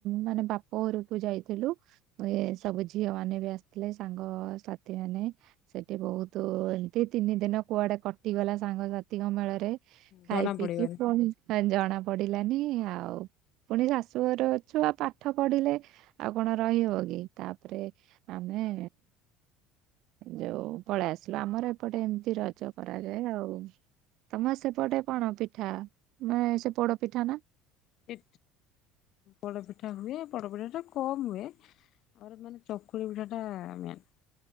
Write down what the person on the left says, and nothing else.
ଜଣା
ପଡିବନି।
ହୁଁ ପୋଡପିଠା ହୁଏ ପୋଡପିଠା ଟା କମ ହୁଏ। ମୋର ମାନେ ଚକୁଳି ପିଠା ଟା ମେନ୍।